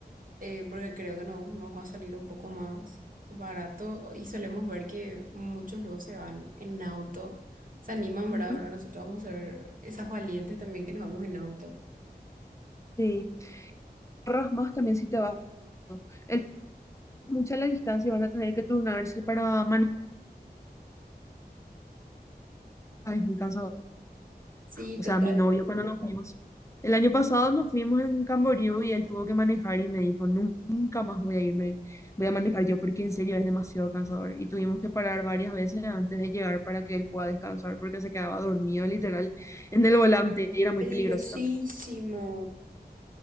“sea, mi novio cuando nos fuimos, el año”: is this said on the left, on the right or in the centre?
Left